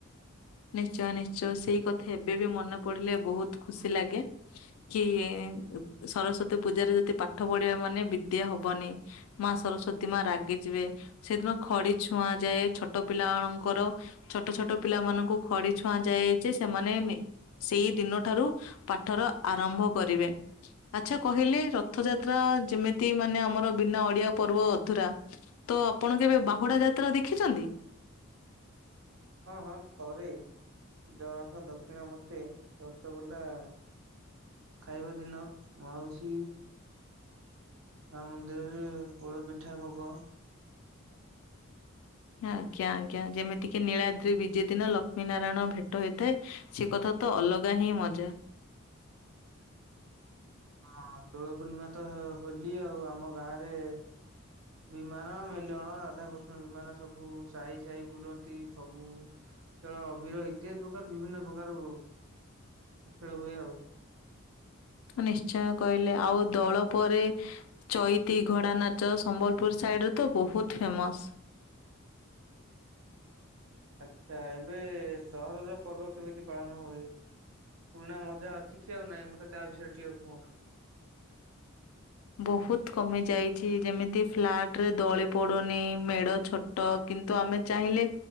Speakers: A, on the left; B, on the right.
A: ନିଶ୍ଚୟ ନିଶ୍ଚୟ ସେଇ କଥା ଏବେ ବି ମନେ ପଡିଲେ ବହୁତ ଖୁସି ଲାଗେ। କି ସରସ୍ଵତୀ ପୂଜାରେ ଯଦି ପାଠ ପଢିବା ମାନେ ବିଦ୍ୟା ହବନି। ମା ସରସ୍ଵତୀ ମା ରାଗି ଯିବେ। ସେଦିନ ଖଡି ଛୁଆଁ ଯାଏ ଛୋଟ ପିଲାମାନଙ୍କର ଛୋଟ ଛୋଟ ପିଲାମାନଙ୍କୁ ଖଡି ଛୁଆଁ ଯାଏ ଯେ ସେମାନେ ସେଇଦିନ ଠାରୁ ପାଠର ଆରମ୍ଭ କରିବେ। ଆଚ୍ଛା କହିଲେ, ରଥଯାତ୍ରା ଯେମିତି ମାନେ ଆମର ବିନା ଓଡିଆ ପର୍ବ ଅଧୁରା ତ ଆପଣ କେବେ ବାହୁଡା ଯାତ୍ରା ଦେଖିଛନ୍ତି?
B: ହଁ ହଁ ଥରେ ଜଗନ୍ନାଥ ଦକ୍ଷିଣ ମତେ ରସଗୋଲ୍ଲା ଖାଇବା ଦିନ ମାଉସୀ ମା ମନ୍ଦିରରେ ପୋଳ ପିଠା ଭୋଗ
A: ଆଜ୍ଞା ଆଜ୍ଞା ଯେମିତିକି ନୀଳାଦ୍ରି ବିଜେ ଦିନ ଲକ୍ଷ୍ମୀ ନାରାୟଣ ଭେଟ ହେଇଥାଏ। ସେ କଥା ତ ଅଲଗା ହିଁ ମଜା।
B: ହଁ ଦୋଳ ପୂର୍ଣ୍ଣିମା ତ ହୋଲି ଆଉ ଆମ ଗାଁରେ ବିମାନ ମେଲଣ, ରାଧାକୃଷ୍ଣ ବିମାନ ସବୁ ସାହି ସାହି ବୁଲନ୍ତି ଫଗୁ ଖେଳ ଅବିର ଇତ୍ୟାଦି ପ୍ରକାର ବିଭିନ୍ନ ପ୍ରକାର ଖେଳ ହୁଏ ଆଉ।
A: ନିଶ୍ଚୟ କହିଲେ ଆଉ ଦଳ ପରେ ଚଇତି ଘୋଡାନାଚ ସମ୍ବଲପୁର ସାଇଡରେ ତ ବହୁତ ଫେମସ।
B: ଆଛା ଏବେ ସହରର ପର୍ବ କେମିତି ପାଳନ ହୁଏ? ପୁରୁଣା ମଜା ଅଛି କି ଆଉ ନାଇଁ ମତେ ତା ବିଷୟରେ ଟିକେ କୁହ
A: ବହୁତ କମି ଯାଇଛି ଯେମିତି ଫ୍ଲାଟ ରେ ଦଳି ପଡୁନି ମେଢ ଛଟ କିନ୍ତୁ ଆମେ ଚାହିଁଲେ